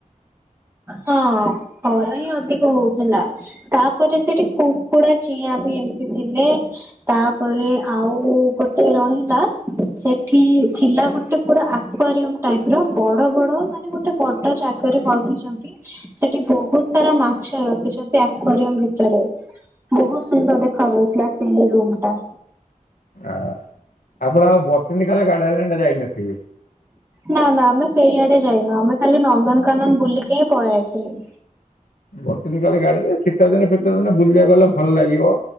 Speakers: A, on the right; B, on the left.
A: ହଁ। ଘର ହିଁ ଅଧିକ ହଉଥିଲା ତାପରେ ସେଠି କୁକୁଡା ଚିଆଁ ବି ବି ଥିଲେ। ତାପରେ ଆଉ ଗୋଟେ ରହିଲା ସେଠି ଥିଲା ଗୋଟେ ପୁରା ଆକ୍ୱାରିୟମ ଟାଇପ ର ବଡ ବଡ ମାନେ ଗୋଟେ ବଡ଼ ଜାଗାରେ ପାଳତିଚନ୍ତି। ସେଠି ବହୁତ ସାରା ମାଛ ରଖିଛନ୍ତି ଆକ୍ଵାରିୟମ ଭିତରେ। ବହୁତ ସୁନ୍ଦର ଦେଖା ଯାଉଥିଲା ସେଇ ରୁମଟା।
B: ଆ ଆପଣ ଆଉ ବଟିନକାଲା ଗାର୍ଡେନ ଆଡେ ଯାଇନଥିବେ।
A: ନା ନା ଆମେ ସେଇଆଡେ ଯାଇନୁ ଆମେ ଖାଲି ନନ୍ଦନକାନନ ବୁଲିକି ହିଁ ପଳେଇଆସିଲୁ।
B: ବଟିନିକାଲ ଗାର୍ଡେନ ଶୀତ ଦିନ ଫିତ ଦିନେ ବୁଲିବାକୁ ଗଲେ ଭଲ ଲାଗିବ।